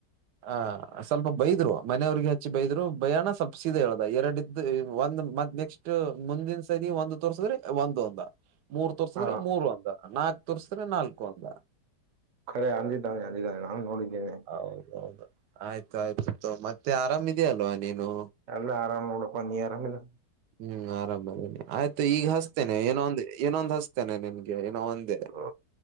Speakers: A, on the right; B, on the right.
A: ಹ ಸ್ವಲ್ಪ ಬೈದ್ರು ಮನೆಯವ್ರಿಗೆ ಹಚ್ಚಿ ಬೈದ್ರು ಬಯಾಣ ಸ್ವಪ ಸೀದಾ ಹೇಳ್ದ ಎರಡ್. ಒಂದ್ ಮ ನೆಕ್ಸ್ಟ್ ಮುಂದಿನ ಸರಿ ಒಂದು. ತೋರ್ಸಿದ್ರೆ ಒಂದ ಒಂದ ಮೂರ್ ತೋರ್ಸಿದ್ರೆ
B: ಹಾ
A: ಮೂರ್ ಒಂದ ನಾಲ್ಕು ತೋರ್ಸ್ರೆ ನಾಲ್ಕು ಒಂದ.
B: ರೆ ಅಂದಿದ್ದಾನೆ ಅಂದಿದ್ದಾನೆ ನಾನು ನೋಡಿದ್ದೇನೆ.
A: ಹೌದೌದು ಆಯ್ತು ಆಯ್ತು ಮತ್ತೆ ಆರಾಮಿದೆಯಲ್ವಾ ನೀನು.
B: ಎಲ್ಲ ಆರಾಮಡ ಪ ನೀಿ ಆರಾಮಿಲ್ಲ.
A: ಹ್ಮ್ ಆರಾಮದೇನೆ ಆಯ್ತು ಈಗ ಹಸ್ತೇನೆ ಏನೋಂದು ಏನೊಂದ್ ಹಸ್ತೇನೆ ನಿನ್ಗೆ ಏನೋ ಒಂದ.
B: ಆ